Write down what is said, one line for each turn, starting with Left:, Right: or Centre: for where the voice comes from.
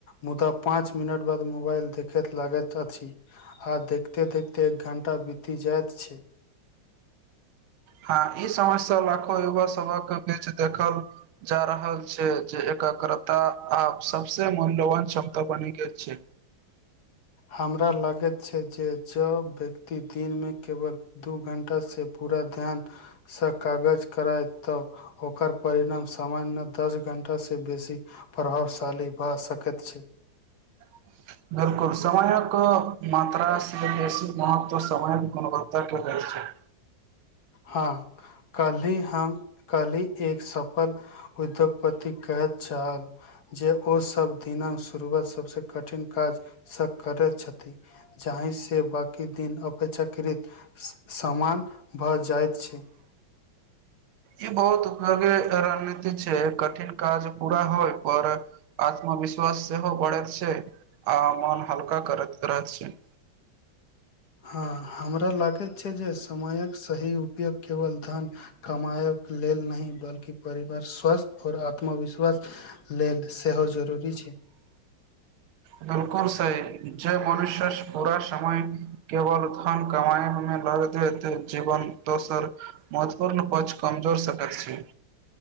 Left: मुदा पाँच मिनट बाद मोबाइल देखैत लागैत अछि आ देखते देखते एक घंटा बित जाइत छै
Right: हँ ई समस्या लाखो युवा सभक के बीच देखल जा रहल छै जे एकाग्रता आब सबसे मूल्यवान क्षमता बनि गेल छै
Left: हमरा लागैत छै जे जो व्यक्ति दिन मे केवल दू घंटा से पूरा ध्यानसँ कागज कराय तऽ ओकर परिणाम सामान्य दस घंटा सऽ बेसी प्रभावशाली भ सकैत छैय
Right: <unintelligible> बिल्कुल समयक मात्रासँ बेसी महत्व समयके गुणवत्ताके रहे छैय
Left: हँ कल्हि हम कल्हि एक सफल उद्योगपति कहैत छल जे ओ सब दिनक शुरुआत सबसे कठिन काज स करै छथि जाहि से बाकी दिन अपेक्षाकृत सामान भऽ जाइत छै
Right: ई बहुत उपयोगी रणनीति छै कठिन काज पूरा होइ पर आत्मविश्वास सेहो बढ़ैत छै आ मोन हल्का करैत रहै छैय
Left: हँ हमरा लागैत छै जे समयक सही उपयोग केवल धन कमायक लेल नहि बल्कि परिवार स्वस्थ और आत्मविश्वास लेल सेहो जरूरी छै
Right: बिलकुल सही जे मनुष्य पूरा समय केवल धन कमाई मे लगेत हेतै जीवन दोसर महत्वपूर्ण पक्ष कमजोर सकैत छै